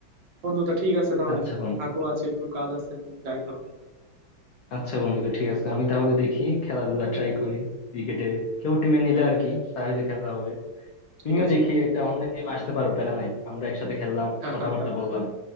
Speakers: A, on the right; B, on the left.
A: বন্ধু তা ঠিক আছে তাহলে
B: আচ্ছা বন্ধু
A: থাকো আছে একটু কাজ আছে আমি যাই তাহলে
B: আচ্ছা বন্ধু ঠিক আছে আমি তাহলে দেখি খেলাধুলা ট্রাই করি ক্রিকেটে কেউ টিমে নিলে আর কি তাহলে খেলা হবে তুমিও
A: ঠিক আছে
B: দেখি
A: বন্ধু
B: একটা অনলাইন গেম আসতে পারো প্যারা নাই আমরা একসাথে খেললাম
A: <laughs>
B: কথাবার্তা বললাম